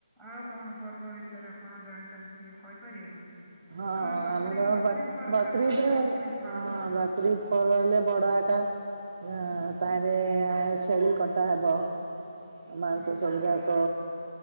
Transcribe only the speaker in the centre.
ଆଉ କଣ ପର୍ବ ବିଷୟରେ ଆପଣ ଜାଣିଛନ୍ତି ଟିକେ କହି ପାରିବେ ମତେ?
ତମର ବକରିଦ
ବକରିଦ ପର୍ବ
ଟା କଣ
କଣ କେମିତି ପାଳନ କରାଯାଏ?
ହୁଁ
ହୁଁ ହୁଁ